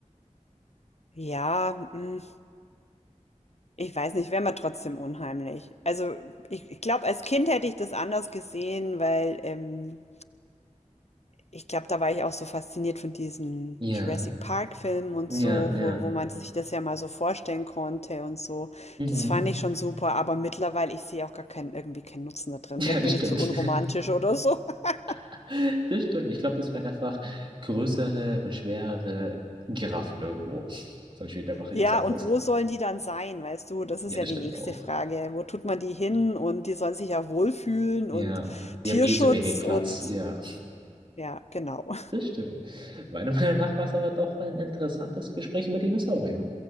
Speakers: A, on the left; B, on the right.
A: Ja, mm, ich weiß nicht, wäre mir trotzdem unheimlich. Also ich, ich glaube, als Kind hätte ich das anders gesehen, weil ähm, ich glaube, da war ich auch so fasziniert von diesen
B: Ja,
A: Jurassic Park-Filmen und
B: ja,
A: so,
B: ja.
A: wo, wo man sich das ja mal so vorstellen konnte und so.
B: Mhm.
A: Das fand ich schon super, aber mittlerweile, ich sehe auch gar keinen, irgendwie keinen Nutzen da drin.
B: <laughs> Ja,
A: Vielleicht
B: das
A: bin
B: stimmt.
A: ich zu unromantisch oder so. <laughs>
B: <laughs> Das stimmt. Ich glaube, das wären einfach größere und schwerere Giraffen irgendwo. <laughs> Zum Beispiel der Brachiosaurus.
A: Ja, und wo sollen die dann sein, weißt du? Das
B: Ja,
A: ist ja
B: das
A: die
B: stimmt
A: nächste
B: auch.
A: Frage. Wo tut man die hin? Und die sollen sich ja wohlfühlen
B: Ja.
A: und
B: Wir
A: Tierschutz
B: haben eh zu wenig Platz.
A: und
B: Ja.
A: Ja, genau.
B: Das stimmt. Meiner Meinung nach war es aber doch ein interessantes Gespräch über Dinosaurier.